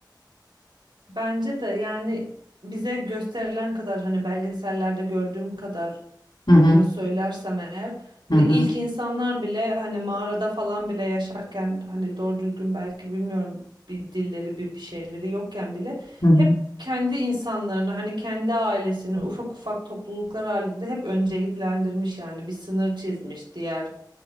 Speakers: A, on the right; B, on the left.
A: Bence de yani bize gösterilen kadar hani belgesellerde gördüğüm kadar
B: Hı hı.
A: söylersem eğer
B: Hı
A: hani
B: hı.
A: ilk insanlar bile hani mağarada falan bile yaşarken hani doğru düzgün belki bilmiyorum bir dilleri bir bir şeyleri yokken bile
B: Hı hı.
A: hep kendi insanlarını hani kendi ailesini ufak ufak topluluklar halinde hep önceliklendirmiş yani bir sınır çizmiş diğer